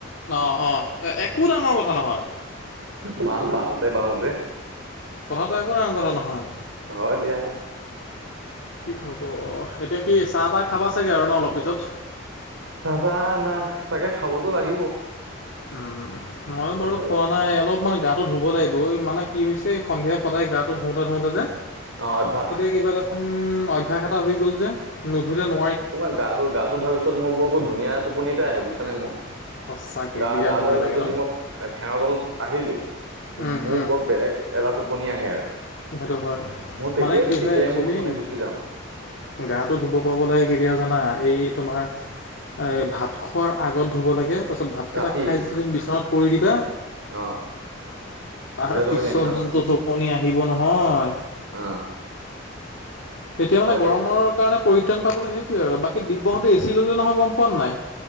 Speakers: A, on the left (about 60°); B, on the right (about 80°).
A: অ', অ', একো ডাঙৰ কথা নহয়।
B: ম, বাহ তাই বাহোনতে
A: কথাটো একো ডাঙৰ কথা নহয়।
B: হ, দিয়া।
A: কি হ'ব এতিয়া কি চাহ, তাহ খাবা চাগে আৰু ন অলপ পিছত।
B: চাহ, চাহ না চাগে খাবতো লাগিব।
A: উম, মইয়ো
B: মই
A: বাৰু
B: কৈ
A: খোৱা নাই অলপমান গাটো ধুব লাগিব মানে কি হৈছে সন্ধিয়া সদায় গাটো ধুওতে, ধুওতে যে
B: অ অভ্যাস
A: এতিয়া কিবা এ, দেখোন অভ্যয়াস এটা হৈ গ'ল যে নধুলে ন।
B: তোমাৰ গাটো, গাটো ধোৱাৰ পিছত মোৰ বৰকো ধুনীয়া টোপনিতে আহে বুছাে মোৰ।
A: সঁচাকে
B: গা,
A: বিৰাট
B: গা
A: ধুনীয়া
B: ধৰিছো
A: লাগে
B: তদি
A: ন
B: মই ফেনৰ তলত আহিলো
A: উম
B: মোৰ
A: উম
B: বপ বেলেগ এটা টোপনি আহে আৰু।
A: সেইটো হয়
B: মোৰ তেতিয়াই
A: মানে কি
B: তেতিয়াই
A: হয় একচুৱেলি
B: মোৰ টোপনি গুচি যাওঁ
A: গাটো ধুব পাব লাগে কেতিয়া জানা এই তোমাৰ এ ভাত খোৱাৰ আগত ধুব লাগে তাৰপিছত ভাতকেইটা
B: ৰাতি
A: খাই যতিয়া তুমি বিচনাত পৰি দিবা
B: অ
A: তাৰ
B: ধুনীয়া টোপনি
A: পিছত
B: আহে ন
A: যোনটো টোপনি আহিব নহয়
B: অ
A: তেতিয়া মানে
B: হয়
A: গৰমৰ
B: দিয়া
A: কাৰণে পৰিত্ৰাণ পাবলৈ সেইটোৱে আৰু বাকী দিব্যহঁতে এ চি ল'লে নহয় গম পোৱা নাই